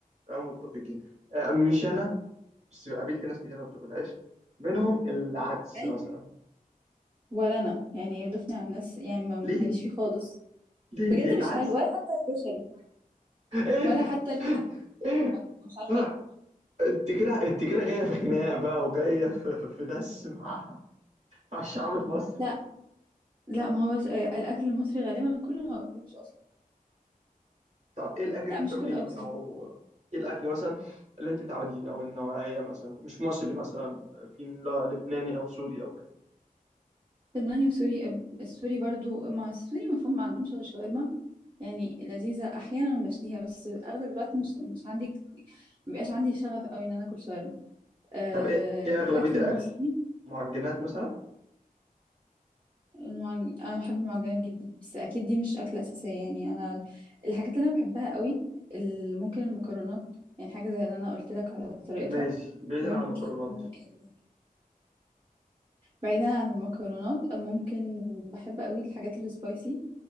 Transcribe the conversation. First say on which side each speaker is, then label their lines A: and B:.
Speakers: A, on the right; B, on the right.
A: أه متفقين أه مش أنا بس قابلت ناس كتير ما بتاكلهاش منهم العدس
B: ازاي
A: مثلا
B: ولا انا يعني ضفني على الناس يعني ما- ماليش
A: ليه
B: فيه خالص
A: ليه
B: بجد
A: ليه العدس
B: مش حلو ولا حتى الكشري
A: ايه
B: ولا حتى الكشري
A: ايه
B: بحبه مش عارفه
A: لا
B: ليه
A: انت كده انت كده جايه في خناق بقى وجايه في, في دس مع مع الشعب المصري
B: لا لا ما هو آه، الاكل المصري غالبا كله ما باكلوش اصلا
A: طب ايه الاكل اللي
B: لا
A: انت
B: مش
A: بتاكليه
B: كله أوي بصراحة.
A: او ايه الاكل مثلا اللي انت متعودين او النوعيه مثلا مش مصري مثلا في لا- لبناني او سوري او كده
B: لبناني وسوري أب- السوري برضو ما السوري مفهوم ما عندهمش غير شاورما يعني لذيذة أحيانا بشتهيها بس أغلب الوقت مش مش عندي مبقاش عندي شغف أوي إن أنا أكل شاورما أه
A: طب ايه ايه اغلبيه
B: الأكل المصري
A: الاكل معجنات مثلا
B: المعج... أنا بحب المعجنات جدا بس أكيد دي مش أكلة أساسية يعني أنا ال- الحاجات اللي أنا بحبها أوي ال- ممكن المكرونات يعني حاجة زي اللي أنا قلت لك على طريقتها
A: ماشي بعيدا
B: ممكن
A: عن المكرونات
B: ال- بعيدا عن المكرونات ممكن بحب أوي الحاجات السبايسي